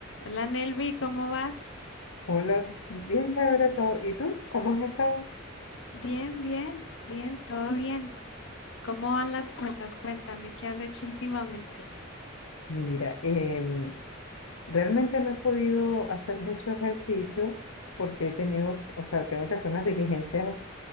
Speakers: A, on the left; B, on the left.
A: Hola Nelvi, ¿cómo vas?
B: Hola, bien chévere todo. ¿Y tú? ¿Cómo has estado?
A: Bien, bien, bien, todo bien. ¿Cómo van las cosas? Cuéntame, ¿qué has hecho últimamente?
B: Mira, em, realmente no he podido hacer mucho ejercicio porque he tenido, o sea, tengo que hacer unas diligencias